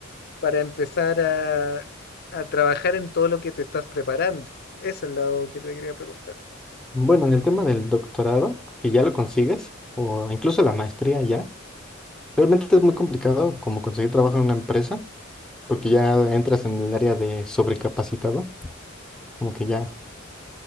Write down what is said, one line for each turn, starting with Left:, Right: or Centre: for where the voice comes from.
Left: para empezar a, a trabajar en todo lo que te estás preparando. Eso es lo que te quería preguntar.
Centre: Bueno, en el tema del doctorado, si ya lo consigues, o incluso la maestría ya, realmente es muy complicado como conseguir trabajo en una empresa, porque ya entras en el área de sobrecapacitado. como que ya,